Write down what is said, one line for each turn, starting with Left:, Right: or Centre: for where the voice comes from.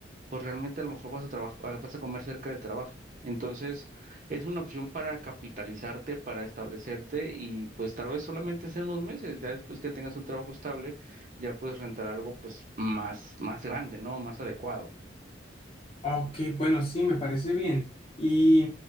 Right: pues realmente a lo mejor vas a trabajar, vas a comer cerca del trabajo. Entonces, es una opción para capitalizarte, para establecerte y pues tal vez solamente sea unos meses, ya después que tengas un trabajo estable, ya puedes rentar algo pues más más grande, ¿no? Más adecuado.
Left: Ok, bueno, sí, me parece bien. Y,